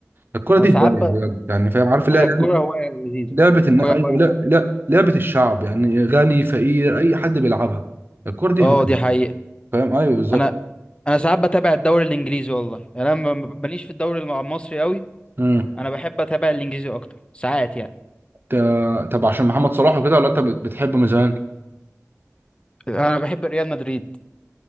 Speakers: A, on the right (about 45°); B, on the left (about 20°).
A: الكوره دي
B: انا ساعات
A: هوايه
B: ب...
A: بجد. يعني فاهم عارف اللي
B: هي
A: هي
B: الكورة
A: لعبه
B: هواية لذيذة
A: لعبه الن-
B: الكورة
A: ايوه
B: هواية
A: لا لا لعبه الشعب يعني غني فقير اي حد بيلعبها الكوره دي
B: اه
A: هوايه
B: دي حقيقة
A: فاهم ايوه بالظبط
B: انا انا ساعات بتابع الدوري الانجليزي والله يعني انا ما- ماليش في الدوري الم- المصري قوي
A: امم
B: انا بحب اتابع الانجليزي اكتر ساعات يعني
A: ت- طب عشان محمد صلاح وكده ولا انت بتحبه من زمان
B: انا بحب ريال مدريد